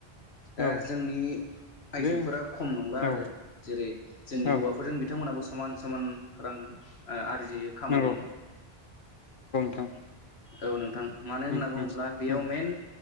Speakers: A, on the left (about 80°); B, on the left (about 55°).
A: दा
B: औ
A: जोंनि आइजोफोरा
B: बे
A: खम नंला
B: औ
A: आरो जेरै जोंनि
B: औ
A: हौवाफोरजों बिथांमोनाबो समान समान रां ओ आर्जियो खामायो
B: नंगौ <inaudible>
A: औ नोंथां मानो होनना
B: उम
A: बुङोब्ला
B: उम
A: बेयाव
B: उम
A: मेन